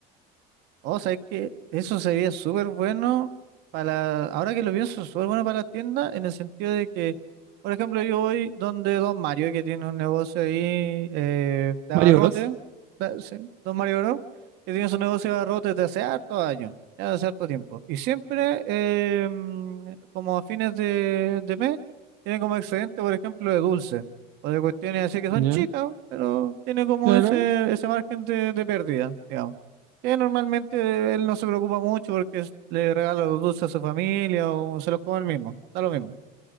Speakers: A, on the right; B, on the right.
A: O sea, es que eso sería súper bueno para, ahora que lo pienso, súper bueno para las tiendas, en el sentido de que, por ejemplo, yo voy donde Don Mario, que tiene un negocio ahí eh, de abarrote,
B: Mario Bros.
A: da- sí, Don Mario Bro, que tiene su negocio de abarrotes desde hace hartos años, ya hace harto tiempo. Y siempre, eh, mm, como a fines de, de mes, tiene como excedente, por ejemplo, de dulce, o de cuestiones así que son
B: ¿Ya?
A: chicas, pero tiene como
B: Claro,
A: ese, ese margen de, de pérdida, digamos. Que normalmente él no se preocupa mucho porque es- le regala los dulces a su familia o se los come él mismo, da lo mismo.